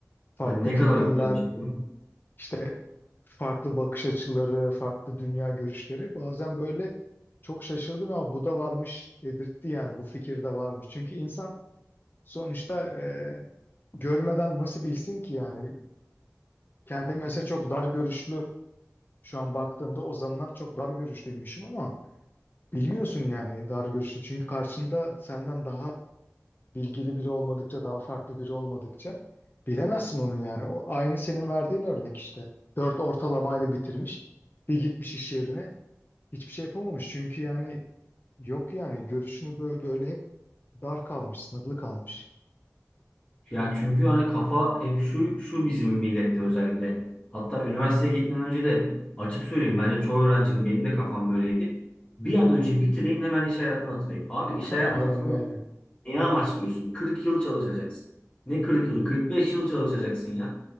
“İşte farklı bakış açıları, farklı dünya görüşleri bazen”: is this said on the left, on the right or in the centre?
Left